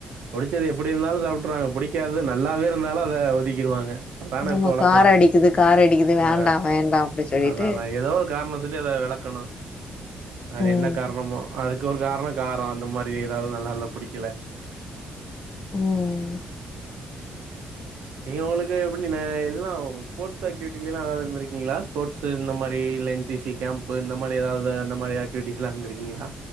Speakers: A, on the right; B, on the left.
A: புடுச்சது எப்டி இருந்தாலு சாப்ட்ருவாங்க புடிக்காதது நல்லாவே இருந்தாலு அத ஒதுக்கிருவாங்க அதானே
B: ஆமா
A: இப்போ வழக்கொ
B: காரோ அடிக்குது காரோ அடிக்குது
A: ஆ
B: வேண்டா வேண்டா அப்டி சொல்லிட்டு
A: அததா எதோ ஒரு காரண சொல்லி அத வெலக்கனு அது
B: ம்
A: என்ன காரணமோ அதுக்கு ஒரு காரணொ காரொ அந்த மாரி எதாவ்து நல்லால்ல புடிக்கல
B: ம்
A: நீங்க உங்களுக்கு எப்பிடின இதுல்லா ஸ்போர்ஸ் ஆக்டிவிட்டிலல்லா எதாவ்து இருந்துருக்கிங்களா ஸ்போர்ட்ஸு இந்த மாரி இல்ல என் சி சி கேம்ப்பு இந்த மாரி எதாவ்து அந்த மாரி ஆக்டிவிட்டிஸ்லா இருந்திருக்கீங்ளா?